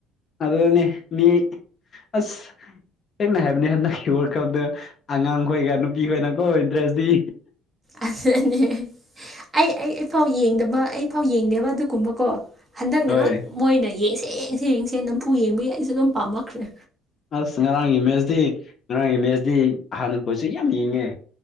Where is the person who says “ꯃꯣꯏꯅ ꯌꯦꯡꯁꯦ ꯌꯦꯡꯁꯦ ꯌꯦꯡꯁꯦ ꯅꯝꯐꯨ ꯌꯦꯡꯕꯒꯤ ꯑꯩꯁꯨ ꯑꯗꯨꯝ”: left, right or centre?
Right